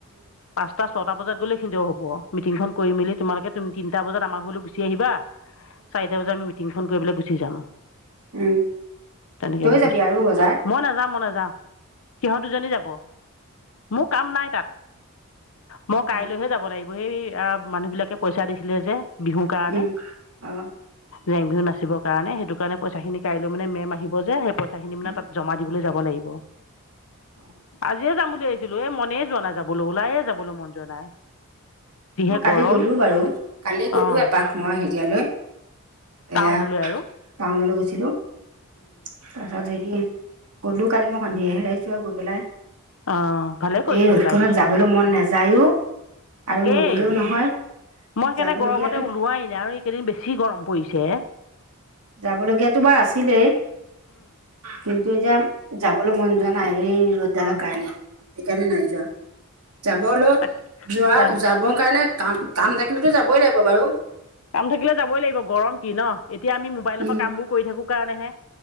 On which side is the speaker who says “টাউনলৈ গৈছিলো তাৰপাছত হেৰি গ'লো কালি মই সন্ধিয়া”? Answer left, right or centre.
Right